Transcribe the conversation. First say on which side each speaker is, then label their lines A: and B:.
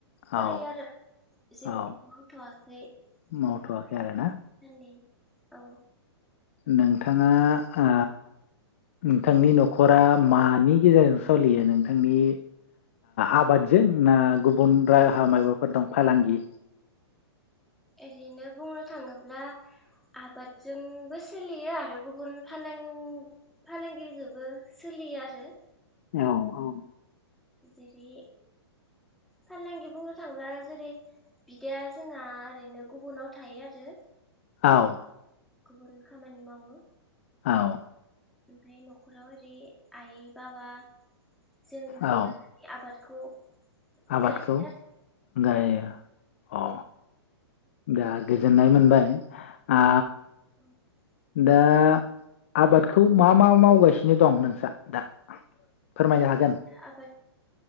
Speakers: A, in the centre; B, on the left.
A: फरायो
B: औ
A: आरो जेबोथ'
B: औ
A: मावथ'वाखै दासान्दि
B: मावथ'वाखै आरोना
A: औ।
B: नोंथाङा आ नोंथांनि न'खरा मानि गेजेरजों सलियो नोंथांनि आबादजों ना गु अनद्राहा माबाफोर दं फालांगि?
A: एरैनो बुंनो थाङोब्ला आबादजोंबो सोलियो आरो गुबुन फालां-फालांगिजोंबो सोलियो आरो।
B: औ औ
A: जेरै फालांगि बुंनो थाङोब्ला जेरै बिदाया जोंहा ओरैनो गुबुनाव थायो आरो
B: औ
A: गुबुन खामानि मावो
B: औ
A: ओमफ्राय न'खराव ओरै आइ बाबा जों ज'
B: औ
A: ज आबादखौ
B: आबादखौ
A: गायो आरो
B: गायो अ दा गोजोननाय मोनबाय आ
A: <inaudible>
B: दा आबादखौ मा मा मावगासिनो दं नोंस्रा दा फोरमायनो हा
A: आबाद